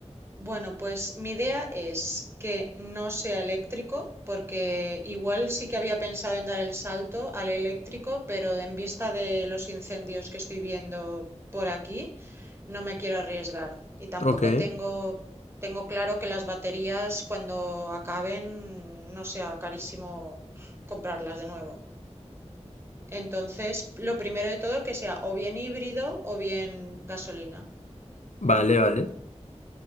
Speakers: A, on the right; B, on the left.
A: Bueno, pues mi idea es que no sea eléctrico, porque igual sí que había pensado en dar el salto al eléctrico, pero en vista de los incendios que estoy viendo por aquí, no me quiero arriesgar. Y tampoco
B: Ok,
A: tengo, tengo claro que las baterías cuando acaben no sea carísimo comprarlas de nuevo. Entonces, lo primero de todo que sea o bien híbrido o bien gasolina.
B: vale, vale.